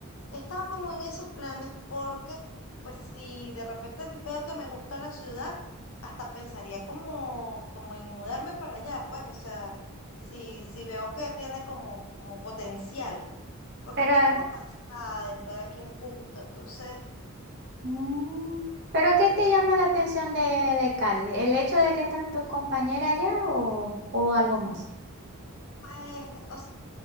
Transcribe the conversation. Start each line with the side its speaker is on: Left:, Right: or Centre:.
Left: estaba como en esos planes porque, pues si de repente veo que me gusta la ciudad, hasta pensaría como, como en mudarme para allá, pues, o sea, si, si veo que tiene como, como potencial, porque
Right: Pero,
Left: estoy como cansada de estar aquí en Cúcuta, entonces...
Right: mm, ¿pero qué te llama la atención de, de Cali? ¿El hecho de que estás tu compañera allá o, o algo más?
Left: Pues, o s-